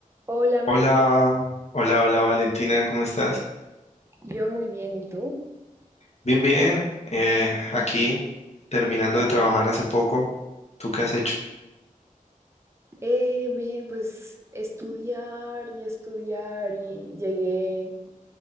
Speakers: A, on the right; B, on the left.
A: Hola, Mike.
B: Hola, hola, hola Valentina, ¿cómo estás?
A: Yo muy bien, ¿y tú?
B: Bien, bien, eh, aquí terminando de trabajar hace poco. ¿Tú qué has hecho?
A: Eh, bien, pues estudiar y estudiar y llegué